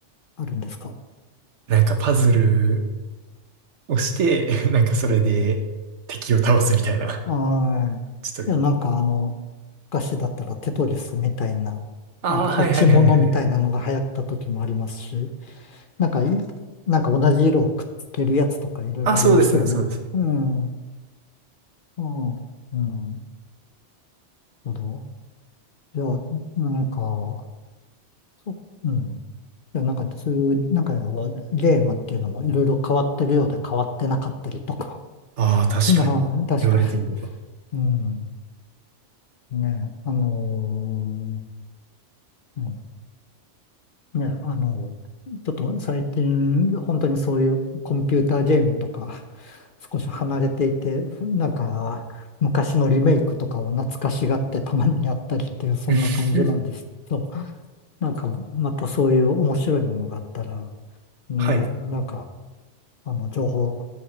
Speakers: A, on the left; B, on the right.
A: あるんですか
B: なんかパズルをして、<laughs> なんかそれで敵を倒すみたいな。
A: はい。
B: ちょっと、
A: いや、なんかあの、昔だったらテトリスみたいな、
B: ああ、
A: なんか落ち物みたいなのが流行った時もありますし、
B: はいはいはいはい。
A: なんかい、なんか同じ色をくっつけるやつとかいろいろありますよね。
B: あ、そうですね、そうですね。
A: うん。うん。うん。なるほど。いや、なんか、そう、うん。いや、なんかそういう、なんかゲームっていうのもいろいろ変わってるようで変わってなかったりとか。
B: ああ、
A: <laughs>
B: 確かに。
A: まあ、確かに。
B: 言われてみれば。
A: うん。ね、あのーうんね、あの、ちょっと最近、本当にそういうコンピューターゲームとか、<laughs> 少し離れていて、なんか、昔のリメイクとかを懐かしがってたまにやったりっていう、そんな感じなんですけど、
B: <laughs>
A: なんか、またそういう面白いものがあったら、ね、
B: はい。
A: なんか、あの、情報、